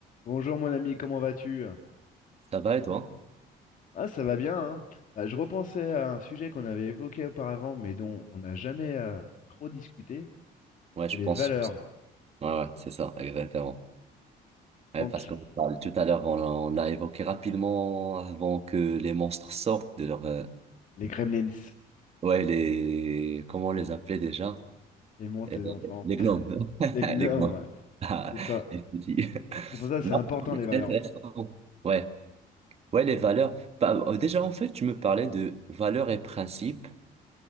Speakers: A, on the left; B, on the right.
A: Bonjour mon ami, comment vas-tu?
B: Ça va et toi?
A: Ah, ça va bien, hein? Bah, je repensais à un sujet qu'on avait évoqué auparavant, mais dont on n'a jamais euh, trop discuté,
B: Ouais,
A: c'est
B: je
A: les
B: pense.
A: valeurs.
B: Ouais, ouais, c'est ça, exactement. Ouais,
A: Donc,
B: parce qu'on parle tout à l'heure, on, a on l'a évoqué rapidement avant que les monstres sortent de leur. euh,
A: les gremlins,
B: Ouais, les. Comment on les appelait déjà?
A: les monstres,
B: Euh,
A: les enfants,
B: les
A: <laughs>
B: gnomes. <laughs>
A: les gnomes,
B: Les gnomes.
A: ouais,
B: Ah,
A: c'est ça.
B: les petits. <laughs>
A: C'est pour ça que c'est important
B: Ok,
A: les valeurs.
B: C'est intéressant. Ouais, ouais, les valeurs. Bah, euh, déjà, en fait, tu me parlais de valeurs et principes.